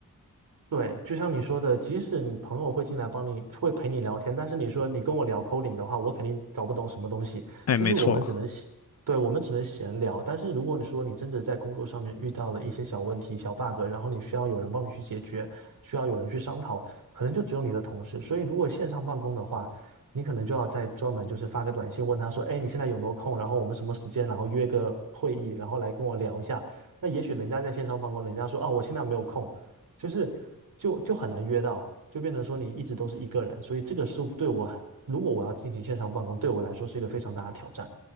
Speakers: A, on the right; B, on the left.
A: 对，就像你说的，即使你朋友会进来帮你，会陪你聊天，但是你说你跟我聊 coding 的话，我肯定搞不懂什么东西。
B: 哎，
A: 就是我们只能闲对，
B: 没错，
A: 我们只能闲聊。但是如果你说你真的在工作上面遇到了一些小问题、小 bug，然后你需要有人帮你去解决，需要有人去商讨，可能就只有你的同事。所以如果线上办公的话，你可能就要再专门就是发个短信问他说，哎，你现在有没有空？然后我们什么时间？然后约个会议，然后来跟我聊一下。那也许人家在线上办公，人家说啊，我现在没有空。就是就就很难约到，就变成说你一直都是一个人，所以这个是对我，如果我要进行线上办公，对我来说是一个非常大的挑战